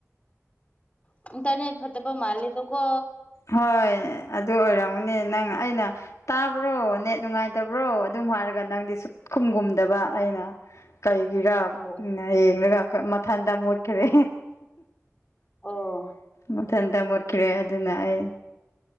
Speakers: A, on the left (about 25°); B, on the left (about 70°).
A: ꯇꯟꯇꯔꯅꯦꯠ ꯐꯠꯇꯦꯕ ꯃꯥꯜꯂꯤꯗꯀꯣ
B: ꯍꯣꯏ ꯑꯗꯨ ꯑꯣꯏꯔꯝꯃꯅꯤ ꯅꯪ ꯑꯩꯅ ꯇꯥꯕ꯭ꯔꯣ ꯅꯦꯠ ꯅꯨꯡꯉꯥꯏꯇꯕ꯭ꯔꯣ ꯑꯗꯨꯝ ꯍꯥꯏꯔꯒ ꯅꯪꯗꯤ ꯁꯨꯛ ꯈꯨꯝꯒꯨꯝꯗꯕ ꯑꯩꯅ ꯀꯩꯒꯤꯔꯥ
A: ꯑꯣ
B: ꯌꯦꯡꯂꯒ ꯃꯊꯟꯇ ꯃꯨꯠꯈꯔꯦ
A: ꯑꯣ
B: ꯃꯊꯟꯇ ꯃꯨꯠꯈ꯭ꯔꯦ ꯑꯗꯨꯅ ꯑꯩ